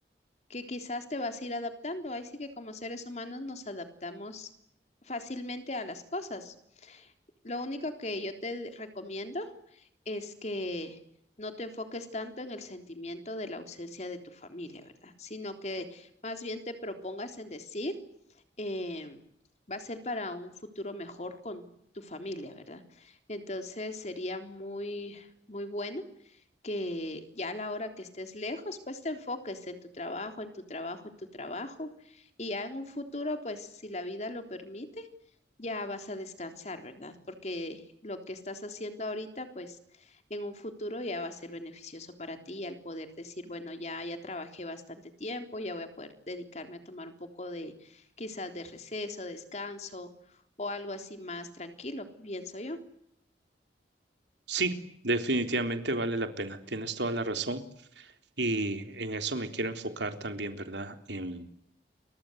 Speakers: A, on the left; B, on the right.
A: que quizás te vas a ir adaptando. Ahí sí que como seres humanos nos adaptamos fácilmente a las cosas. Lo único que yo te recomiendo es que no te enfoques tanto en el sentimiento de la ausencia de tu familia, ¿verdad? Sino que más bien te propongas en decir eh, va a ser para un futuro mejor con tu familia, ¿verdad? Entonces sería muy, muy bueno que ya a la hora que estés lejos, pues te enfoques en tu trabajo, en tu trabajo, en tu trabajo, y ya en un futuro, pues si la vida lo permite, ya vas a descansar, ¿verdad? Porque lo que estás haciendo ahorita, pues en un futuro ya va a ser beneficioso para ti al poder decir, bueno, ya, ya trabajé bastante tiempo, ya voy a poder dedicarme a tomar un poco de quizás de receso, descanso o algo así más tranquilo, pienso yo.
B: Sí, definitivamente vale la pena. Tienes toda la razón y en eso me quiero enfocar también, ¿verdad? En